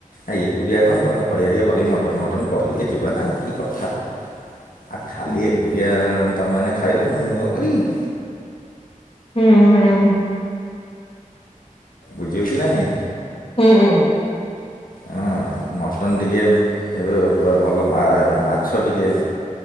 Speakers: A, on the left; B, on the left.
A: ଆ ଏକୁଟିଆ କଣ ତମେ କହିବା ଟିକେ ଭଲି ମଟନ୍ ଫଟନ୍ କରିବେ ଯିବା ନା ଆଉ କି କଥା। ଆ ଖାଲି
B: ହୁଁ
A: ଏକୁଟିଆ ତମେମାନେ ଖାଇବ। ମୁଁ କଣ କରିବି?
B: ହୁଁ ହୁଁଁ
A: ବୁଝି ହଉଛି କି ନା ନାଇଁ।
B: ହୁଁ ହୁଁ
A: ହଁ ମଟନ୍ ଟିକେ ଏବେ ଭଲ ମା ମାଛ ଟିକେ।